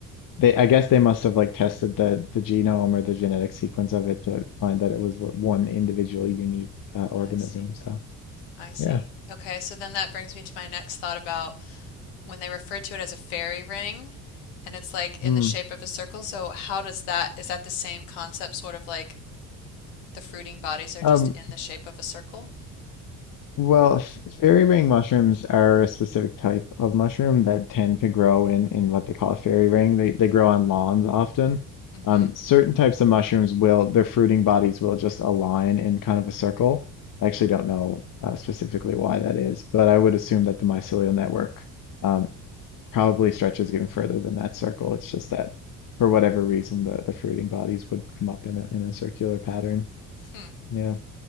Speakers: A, on the left (about 40°); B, on the left (about 70°).
A: They I guess they must have like tested the the genome or the genetic sequence of it to find that it was what one individual unique uh, organism.
B: I see.
A: So
B: I see.
A: yeah.
B: Okay, so then that brings me to my next thought about. when they refer to it as a fairy ring and it's like in
A: Mm.
B: the shape of a circle. So how does that, is that the same concept, sort of like the fruiting bodies are
A: Um,
B: just in the shape of a circle?
A: Well, f- fairy ring mushrooms are a specific type of mushroom that tend to grow in in what they call a fairy ring. They they grow on lawns often.
B: hmm
A: Um, certain types of mushrooms will their fruiting bodies will just align in kind of a circle. I actually don't know uh, specifically why that is, but I would assume that the mycelial network um, probably stretches even further than that circle. It's just that for whatever reason the the fruiting bodies would come up in a in a circular pattern.
B: Hmm.
A: Yeah.